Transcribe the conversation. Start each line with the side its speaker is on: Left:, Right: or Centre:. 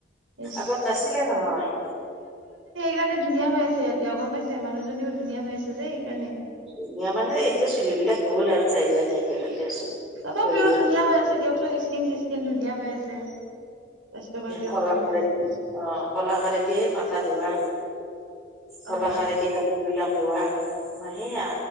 Right: ইচ
Centre: আগত নাছিলে নহয়
Right: সেই কাৰণে ধুনীয়া হৈছে আছে এতিয়া গম পাইছে মানুহজনীও ধুনীয়া হৈ আছে যে সেইকাৰণে
Centre: ধুনীয়া মানে এতিয়া চুলিবিলাক গ'ল আৰু যাই যাই নাইকিয়া হ'ল দিয়াচোন
Right: তাত
Centre: সৰি
Right: বিয়
Centre: সৰি
Right: ধুনীয়া হৈ আছে দিয়কচোন স্কিন চি্কিন ধুনীয়া হৈ আছে। স্বাস্থ্য পাতিও
Centre: কলাশাৰদি
Right: ভাল হৈ আছে
Centre: অ কলাশাৰদি দিয়ে মাথা ধোৱা কলাখাৰ
Right: অ
Centre: এটি কাপোৰ বিলাক ধোৱা আমাৰ সেয়া